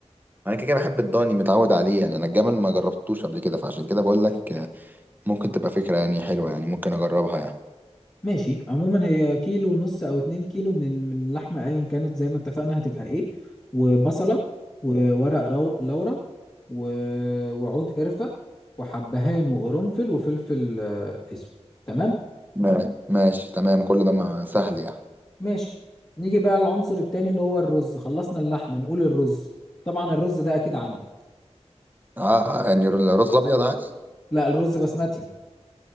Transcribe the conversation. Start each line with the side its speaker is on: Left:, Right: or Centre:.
Right: انا كده كده بحب الضاني متعود عليه يعني انا الجمل ما جربتوش قبل كده فعشان كده بقول لك آه، ممكن تبقى فكره يعني حلوه يعني ممكن اجربها يعني
Left: ماشي عموما هي كيلو ونص او اتنين كيلو من من اللحمه ايا كانت زي ما اتفقنا هتبقى ايه وبصله وورق رو... لورا و... وعود قرفه وحبهان وقرنفل وفلفل آه، اسود تمام
Right: ما- ماشي تمام كل ده ما سهل يعني
Left: ماشي نيجي بقى للعنصر التاني اللي هو الرز خلصنا اللحمه نقول الرز طبعا الرز ده اكيد عندك
Right: آه، آه، يعني الرز ابيض عادي
Left: لا الرز بسمتي